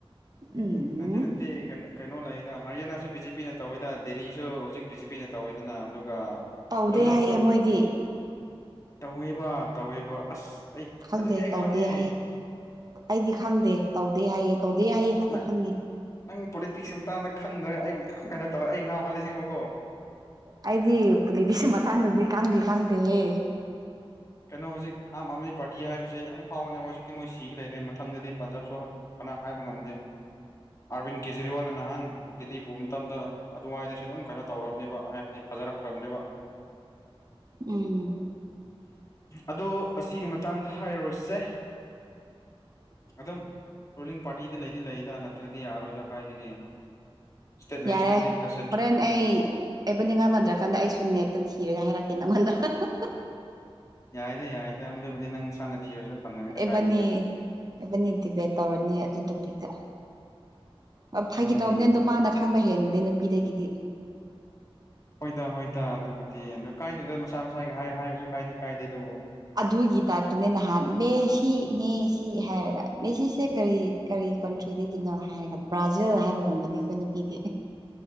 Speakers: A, on the right (about 40°); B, on the left (about 35°).
A: ꯎꯝ
B: ꯑꯗꯨ ꯅꯠꯇꯦ ꯀꯅꯣ ꯀꯩꯅꯣ ꯂꯩꯗ ꯍꯔꯤꯌꯥꯅꯥꯁꯨ ꯕꯤ ꯖꯦ ꯄꯤꯅ ꯇꯧꯋꯤꯗ ꯗꯦꯜꯂꯤꯁꯨ ꯍꯧꯖꯤꯛ ꯕꯤ ꯖꯦ ꯄꯤꯅ ꯇꯧꯋꯤꯗꯅ ꯑꯗꯨ ꯑꯥ
A: ꯇꯧꯗꯦ
B: ꯄꯟꯖꯥꯕꯁꯨ
A: ꯍꯥꯏꯌꯦ ꯃꯣꯏꯗꯤ
B: ꯇꯧꯋꯦꯕ ꯇꯧꯋꯦꯕ ꯑꯁ ꯑꯩ
A: ꯈꯪꯗꯦ
B: ꯑꯗꯨꯗꯤ ꯑꯩ
A: ꯇꯧꯗꯦ
B: ꯈꯪꯉꯦ
A: ꯍꯥꯏꯌꯦ ꯑꯩꯗꯤ ꯈꯪꯗꯦ ꯇꯧꯗꯦ ꯍꯥꯏꯌꯦ ꯇꯧꯗꯦ ꯍꯥꯏꯌꯦ ꯈꯛꯇ
B: ꯅꯪ
A: ꯈꯪꯉꯦ
B: ꯅꯪ ꯄꯣꯂꯤꯇꯤꯛꯁ ꯃꯇꯥꯡꯗ ꯈꯪꯗ꯭ꯔꯅ ꯑꯩꯕꯨ ꯌꯥꯝ ꯀꯩꯅꯣ ꯇꯧꯔꯦ ꯑꯩ ꯉꯥꯎꯍꯜꯂꯤꯁꯤ ꯌꯦꯡꯉꯨꯀꯣ
A: ꯑꯩꯗꯤ ꯄꯨꯂꯤꯇꯤꯛꯁ ꯃꯇꯥꯡꯗꯗꯤ ꯀꯥꯟꯗꯤ ꯀꯥꯟꯗꯦꯍꯦ
B: ꯀꯩꯅꯣ ꯍꯧꯖꯤꯛ ꯑꯥꯝ ꯑꯥꯃꯤ ꯄꯥꯔꯇꯤ ꯍꯥꯏꯕꯁꯦ ꯌꯥꯝ ꯐꯥꯎꯕꯅꯦ ꯍꯧꯖꯤꯛꯇꯤ ꯃꯣꯏꯁꯤ ꯂꯩꯔꯦ ꯃꯊꯪꯗꯗꯤ ꯄꯟꯖꯥꯕꯁꯨ ꯍꯥ ꯅꯥ ꯍꯥꯏꯕ ꯉꯝꯗꯦ ꯑꯥꯔꯕꯤꯟ ꯀꯦꯖꯔꯤꯋꯥꯜꯅ ꯅꯍꯥꯟ ꯗꯤꯜꯂꯤ ꯄꯨꯕ ꯃꯇꯝꯗ ꯑꯗꯨꯋꯥꯏꯗꯁꯨ ꯑꯗꯨꯝ ꯀꯩꯅꯣ ꯇꯧꯔꯕꯅꯦꯕ ꯍꯥꯏꯕꯗꯤ ꯐꯖꯔꯈ꯭ꯔꯃꯦꯕ
A: ꯎꯝ
B: ꯑꯗꯣ ꯑꯁꯤꯒꯤ ꯃꯇꯥꯡꯗ ꯍꯥꯏꯔꯔꯣꯏꯁꯦ ꯑꯗꯨꯝ ꯔꯨꯂꯤꯡ ꯄꯥꯔꯇꯤꯗꯤ ꯂꯩꯗꯤ ꯂꯩꯗ ꯅꯠꯇ꯭ꯔꯗꯤ ꯌꯥꯔꯣꯏꯗ ꯀꯥꯏꯗꯒꯤ ꯏꯁꯇꯦꯠ ꯂꯩꯁꯂꯦꯇꯤꯞ
A: ꯌꯥꯔꯦ
B: ꯀꯁꯦ
A: ꯍꯣꯔꯦꯟ ꯑꯩ ꯑꯩꯕꯅꯤꯡ ꯑꯃꯗ ꯀꯥꯟꯗ ꯑꯩꯁꯨ ꯅꯦꯠꯇ ꯊꯤꯔꯒ ꯍꯥꯏꯔꯛꯀꯦ ꯅꯉꯣꯟꯗ ꯍꯥ ꯍꯥ
B: ꯌꯥꯏꯗ ꯌꯥꯏꯗ ꯃꯗꯨꯕꯨꯗꯤ ꯅꯪ ꯁꯥꯟꯅ ꯊꯤꯔꯁꯨ ꯐꯪꯒꯅꯤꯗ
A: ꯑꯦꯕꯥꯅꯤ
B: ꯀꯥꯏꯗꯦꯗ
A: ꯑꯦꯕꯥꯅꯤ ꯗꯤꯕꯦꯠ ꯇꯧꯔꯅꯤ ꯑꯗꯨ ꯇꯣꯄꯤꯛꯇ ꯃꯐꯥꯈꯤ
B: ꯎꯝ
A: ꯇꯧꯕꯅꯦꯗꯣꯄꯥꯥꯟꯅ ꯈꯥꯡꯕ ꯍꯦꯟꯕꯅꯦ ꯅꯨꯄꯤꯗꯒꯤꯗꯤ
B: ꯍꯣꯏꯗ ꯍꯣꯏꯗ ꯑꯗꯨꯕꯨꯗꯤ ꯑꯗꯨ ꯀꯥꯏꯗꯦꯗ ꯃꯁꯥ ꯃꯁꯥꯒꯤ ꯍꯥꯏ ꯍꯥꯏꯔꯁꯨ ꯀꯥꯏꯗꯤ ꯀꯥꯏꯗꯦ ꯑꯗꯨꯕꯨ
A: ꯑꯗꯨꯒꯤ ꯇꯥꯏꯞꯇꯨꯅꯦ ꯅꯍꯥꯟ ꯃꯦꯁꯤ ꯃꯦꯁꯤ ꯍꯥꯏꯔꯒ ꯃꯦꯁꯤꯁꯦ ꯀꯔꯤ ꯀꯔꯤ ꯀꯟꯇ꯭ꯔꯤꯗꯒꯤꯅꯣ ꯍꯥꯏꯔꯒ ꯕ꯭ꯔꯥꯖꯤꯜ ꯍꯥꯏꯕꯒꯨꯝꯕꯅꯤ ꯑꯩꯈꯣꯏꯅ ꯄꯤꯗꯦ